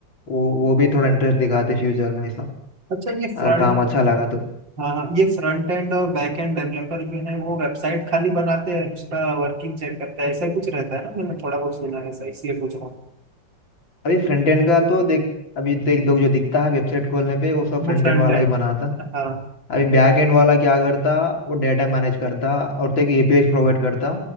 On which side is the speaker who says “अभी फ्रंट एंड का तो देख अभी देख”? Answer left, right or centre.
Left